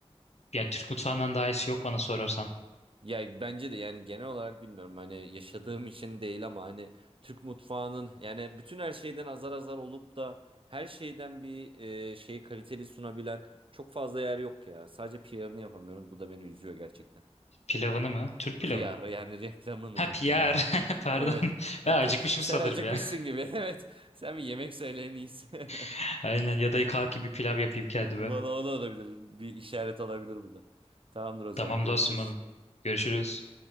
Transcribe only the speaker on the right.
Ya bence de yani genel olarak bilmiyorum hani yaşadığım için değil ama hani Türk mutfağının yani bütün her şeyden azar azar olup da her şeyden bir eee şeyi kaliteli sunabilen çok fazla yer yok ya. Sadece PR'ını yapamıyoruz. Bu da beni üzüyor gerçekten.
PR
yani reklamını
reklamını.
<laughs>
Evet.
<laughs>
Sen
acıkmışsın
gibi. <laughs> Evet. Sen bir yemek söyle en iyisi.
<laughs>
Valla o da olabilir. Bir işaret olabilir bu da. Tamamdır o zaman.
Görüşürüz.